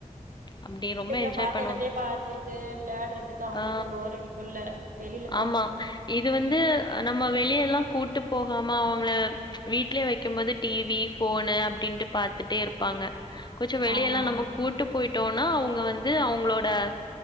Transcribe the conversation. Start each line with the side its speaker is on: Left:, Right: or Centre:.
Left: அப்டி
Right: ஆ வீட்டுக்குள்ள
Left: ரொம்ப என்ஜாய்
Right: பாத்தெடத்தயே
Left: பண்ணுவாங்க.
Right: பாத்துட்டு வெளையாடுறதுக்கு அவங்ளுக்கு
Left: ஆ
Right: போர் அடிக்கூல்ல வெளில
Left: ஆமா இது வந்து நம்ம வெளியெல்லா கூட்டு போகாம அவுங்கள வீட்லயே வெக்கும்போது டிவி ஃபோனு அப்டின்ட்டு பாத்துட்டேருப்பாங்க கொஞ்சோ வெளிய
Right: ஆமா
Left: எல்லா நம்ம கூட்டு போய்ட் டோனா அவுங்க வந்து அவுங்ளோட